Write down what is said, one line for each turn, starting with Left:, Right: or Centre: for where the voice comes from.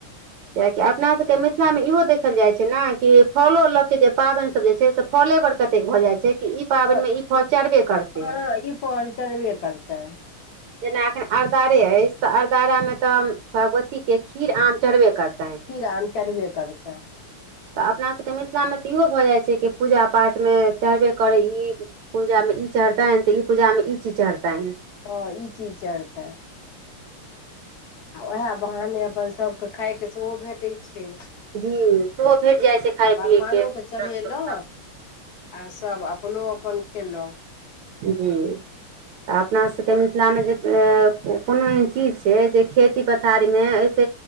Right: कियाकि अपना सबके मिथिलामे इहो देखल जाइत छै ने कि फलो लऽके जे पाबैनसब जे छै से फले पर कतेक भऽ जाइ छै कि ई पाबैनमे
Left: ओ
Right: ई फल चढ़बे करतै
Left: हँ ई फल चढ़बे करतै
Right: जेना अखन अरदारे अछि तऽ अरदारा में तऽ भगवती के खीर आम चढ़बे करते।
Left: खीर आम चढ़बे करतै
Right: तऽ अपना सभके मिथिलामे तऽ इहो भऽ जाय छै कि पूजा पाठमे चढ़बे करै ई पूजा मे ई चढ़तनै तऽ ई पूजा मे ई चीज चढ़तनै
Left: हँ ई चीज चढ़तै आ ओहे बहाने अपन सभके खायके सेहो भेटै छै।
Right: जी सेहो भेट जाइ छै खाय
Left: भगवानोके
Right: पियै के
Left: चढ़ेलहुँ
Right: सब <unintelligible>
Left: आ सब अपनो अपन खेलौ
Right: जी तऽ अपना सबके मिथिलामे जे ए-ए कोनो एहन चीज छै। जे खेती पथारीमे एहिस